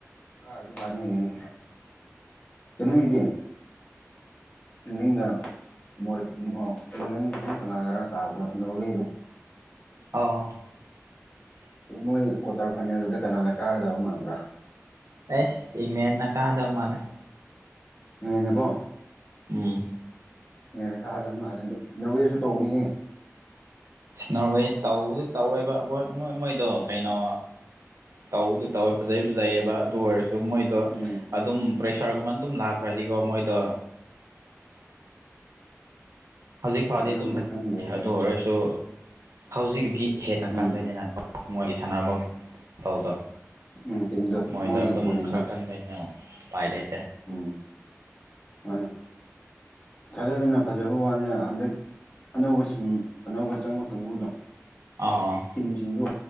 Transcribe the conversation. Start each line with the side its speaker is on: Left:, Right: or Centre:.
Left: ꯀꯥꯗꯤ ꯀꯅꯤꯡꯂꯤꯕꯅꯤ ꯀꯩꯅꯣꯒꯤꯗꯤ ꯏꯪꯂꯦꯟꯒ ꯅꯪ ꯑꯃ ꯀꯅꯥꯒꯔ ꯇꯥꯕꯗꯣ ꯅꯣꯔꯋꯦꯗꯣ
Right: ꯑꯧ
Left: ꯃꯣꯏ ꯀꯣꯇꯔ ꯐꯥꯏꯅꯦꯜ ꯑꯗꯨꯗ ꯀꯅꯥꯅ ꯀꯥꯒꯗꯕ ꯃꯥꯟꯕ꯭ꯔꯥ
Right: ꯑꯁ ꯏꯪꯂꯦꯟꯅ ꯀꯥꯗꯧ ꯃꯥꯜꯂꯦ
Left: ꯏꯪꯂꯦꯟꯅꯀꯣ
Right: ꯎꯝ
Left: ꯏꯪꯂꯦꯟꯅ ꯀꯥꯒꯗ ꯃꯥꯜꯂꯦ ꯑꯗꯨ ꯅꯧꯋꯦꯁꯨ ꯇꯧꯅꯤꯍꯦ
Right: ꯅꯣꯔꯋꯦ ꯇꯧꯕꯗꯤ ꯇꯧꯋꯦꯕ ꯑꯣꯏ ꯃꯣꯏꯗꯣ ꯀꯩꯅꯣ ꯇꯧꯗꯤ ꯇꯧꯋꯦ ꯐꯖꯩ ꯐꯖꯩꯑꯕ ꯑꯗꯨ ꯑꯣꯏꯔꯁꯨ ꯑꯗꯨ ꯃꯣꯏꯗꯣ
Left: ꯎꯝ
Right: ꯑꯗꯨꯝ ꯄ꯭ꯔꯦꯁꯥꯔꯒꯨꯝꯕ ꯑꯗꯨꯝ ꯂꯥꯛꯈ꯭ꯔꯗꯤꯀꯣ ꯃꯣꯏꯗꯣ ꯍꯧꯖꯤꯛ ꯐꯥꯗꯤ
Left: ꯑꯗꯨꯕꯨꯗꯤ
Right: ꯑꯗꯨꯝ ꯐꯩ
Left: ꯈꯪꯗꯦ
Right: ꯑꯗꯨ ꯑꯣꯏꯔꯁꯨ ꯍꯧꯖꯤꯛꯀꯤ ꯍꯦꯟꯅ
Left: ꯎꯝ
Right: ꯀꯟꯗꯣꯏꯅꯤꯅ ꯀꯣ ꯃꯣꯏ ꯁꯥꯟꯅꯕ ꯃꯇꯧꯗꯣ
Left: ꯎꯝ ꯇꯤꯝꯗꯣ
Right: ꯃꯣꯏꯗꯣ
Left: ꯃꯣꯏꯒꯤ
Right: ꯑꯗꯨꯝ
Left: ꯑꯣꯄꯣꯅꯦꯟꯗꯣ
Right: ꯈꯔ ꯀꯟꯒꯅꯦ ꯎꯄꯥꯏ ꯂꯩ
Left: ꯎꯝ ꯃꯥꯟꯅꯦ ꯊꯥꯖꯗꯅ ꯐꯖꯕ ꯋꯥꯅꯤ ꯍꯟꯗꯛ ꯑꯅꯧꯕ ꯁꯤꯡ ꯑꯅꯧꯕ ꯆꯪꯕ ꯀꯥꯡꯕꯨꯗꯣ
Right: ꯑꯥ ꯑꯥ
Left: ꯇꯤꯝꯁꯤꯡꯗꯣ